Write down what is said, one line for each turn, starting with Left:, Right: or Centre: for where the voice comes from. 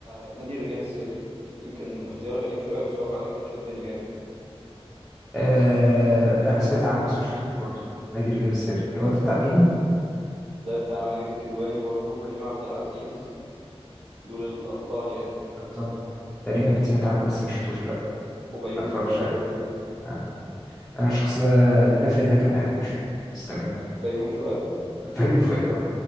Right: آه، نادي الرجال السري يمكن اختيار غريب شوية بس هو فعلا كان شدني جامد
Centre: آه انا سمعت عنه بس ما شفتوش برضه نادي الرجال السري هو ده بتاع مين؟
Right: ده بتاع ماجد الكدواني برضو كريم عبد العزيز دول الأبطال يعني
Centre: ابطال تقريبا سمعت عنه بس ما شفتوش لا
Right: وبيومي
Centre: ما اتفرجتش
Right: فؤاد
Centre: عليه
Right: برضو
Centre: آه. انا الشخص ده لله في لله كده ما بحبوش يعني بس تمام
Right: بيومي فؤاد
Centre: فيوم فؤاد اه